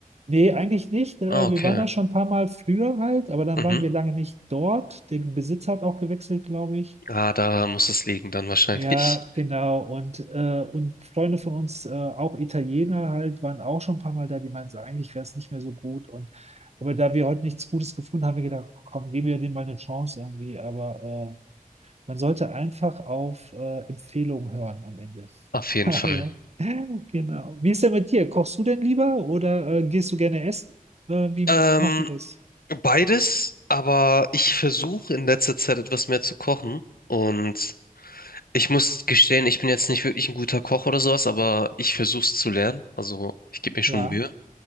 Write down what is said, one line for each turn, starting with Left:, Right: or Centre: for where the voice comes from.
Right: Nee, eigentlich nicht. Äh,
Left: Ah, okay.
Right: Wir waren da schon ein paar Mal früher halt, aber dann
Left: Mhm.
Right: waren wir lange nicht dort. Der Besitzer hat auch gewechselt, glaube ich.
Left: Ah, da muss es liegen dann wahrscheinlich.
Right: Ja, genau. Und, äh, und Freunde von uns, äh, auch Italiener halt, waren auch schon ein paar Mal da, die meinten, so, eigentlich wäre es nicht mehr so gut. Und aber da wir heute nichts Gutes gefunden haben, haben wir gedacht, komm, geben wir dem mal eine Chance irgendwie. Aber äh, Man sollte einfach auf äh, Empfehlungen hören am Ende.
Left: <laughs> Auf
Right: <laughs>
Left: jeden
Right: Daher,
Left: Fall.
Right: Genau. Wie ist denn mit dir? Kochst du denn lieber oder äh, gehst du gerne essen? Äh, wie
Left: Ähm,
Right: macht ihr das?
Left: beides, aber ich versuche in letzter Zeit etwas mehr zu kochen und Ich muss gestehen, ich bin jetzt nicht wirklich ein guter Koch oder sowas, aber ich versuche es zu lernen. Also ich gebe mir schon
Right: Ja,
Left: Mühe.